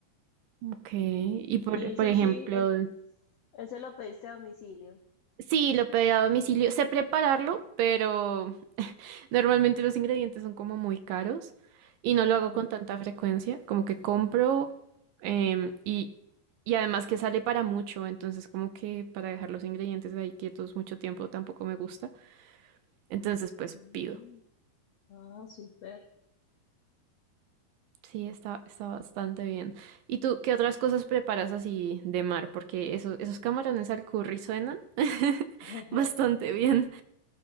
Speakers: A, on the right; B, on the left.
A: Ok, y por,
B: ¿Y el
A: por
B: sushi?
A: ejemplo...
B: El, ese lo pediste a domicilio.
A: Sí, lo pedí a domicilio. Sé prepararlo, pero Normalmente los ingredientes son como muy caros y
B: Ujú.
A: no lo hago con tanta frecuencia, como que compro em, y, y además que sale para mucho, entonces como que para dejar los ingredientes ahí quietos mucho tiempo tampoco me gusta. Entonces pues
B: Mm.
A: pido.
B: Ah, súper.
A: Sí, está, está bastante bien. ¿Y tú qué otras cosas preparas así de mar? Porque esos, esos camarones al curry suenan <laughs>
B: <laughs>
A: bastante bien.